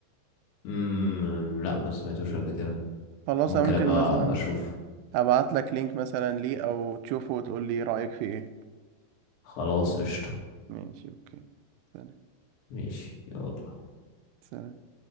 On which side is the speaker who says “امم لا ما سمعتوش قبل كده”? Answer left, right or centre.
Left